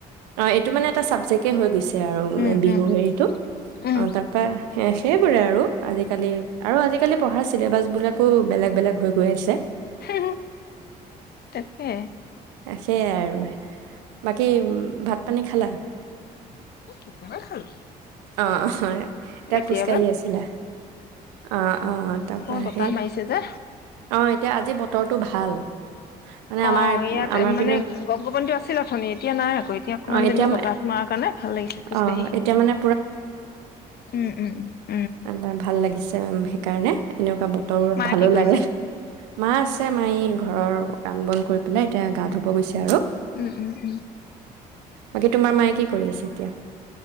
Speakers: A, on the right (about 80°); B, on the left (about 50°).
A: অঁ এইটো মানে এটা চাবজেক্ হৈ গৈছে আৰু
B: উম
A: বিহু
B: উম
A: হেৰিতটো
B: উম
A: অঁ তাৰপা সেইবোৰে আৰু আজিকালি আৰু আজিকালি পঢ়া চিছিলে বাছবিলাকো বেলেগ বেলেগ হৈ গৈ আছে
B: হুম তাকে
A: সেইয়াই আৰু বাকী উ ভাত পানী খালা
B: দুবাৰ খালো
A: অঁ' হয়
B: এতিয়া
A: আছিল অঁ অঁ তাৰ
B: অকমান
A: পৰা
B: বতাহ
A: সেই
B: মাৰিছে যে
A: অঁ এতিয়া আজি বতৰটো ভাল মানে
B: অঁ
A: আমাৰ
B: ইয়াত
A: আমাৰ
B: মানে
A: পিনৰ
B: গপ গপনিটো আছিল অথনি এতিয়া নাই আকৌ এতিয়া অকমান
A: অ
B: যেনিবা
A: এতিয়া
B: বতাহটো মাৰ কাৰণে ভাল লাগিছে খোজকাাঢ়ি
A: অ এতিয়া মানে
B: উম উম উ
A: আৰ ভাল লাগিছে সেইকাৰণে এনেকুৱা বতৰত
B: মায়ে
A: ভালো
B: কি
A: লাগে
B: কৰিছে?
A: মা আছে মায় ঘৰৰ কাম বন কৰি পেলাই এতিয়া গা ধুব গৈছে আৰু
B: উম উম উম
A: বাকী তোমাৰ মায়ে কি কৰি আছে এতিয়া